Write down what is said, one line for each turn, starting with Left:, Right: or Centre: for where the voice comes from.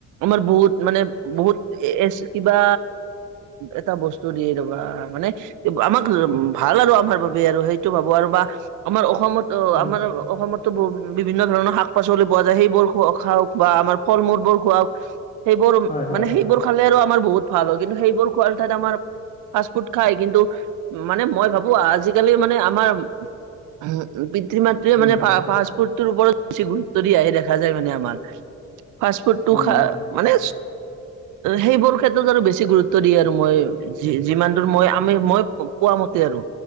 Right: আমাৰ বহুত মানে বহুত এচ কিবা এটা বস্তু দিয়ে ৰবা মানে আমাক উম ভাল আৰু আমাৰ বাবে আৰু সেইটো ভাবো আৰু বা আমাৰ অসমত তো
Left: উম,
Right: আমাৰ অসমত বস্তবোৰ বিভিন্ন ধৰণৰ শাক পাচলি পোৱা যায় সেইবোৰ খোৱাওক বা আমাৰ ফল মূল বোৰ খোৱাওক সেইবোৰ
Left: হয়, হয়,
Right: মানে সেইবোৰ খালে আৰু আমাৰ বহুত ভাল হয়, কিন্তু সেইবোৰ খোৱাৰ ঠাইত আমাৰ ফাষ্ট ফুড খায় কিন্তু মানে মই ভাবো আজিকালি মানে আমাৰ উম পিতৃ মাতৃয়ে
Left: উম,
Right: মানে ফা ফাষ্ট ফুডতোৰ ওপৰত বেছি গুৰুত্ব দিয়াহে দেখা যায় মানে আমাৰ, ফাষ্ট ফুডটো
Left: উম,
Right: খা মানে সেইবোৰ ক্ষেত্ৰত আৰু বেছি গুৰুত্ব দিয়ে আৰু মই যি যিমাতো মই আমি মই পোৱা মতে আৰু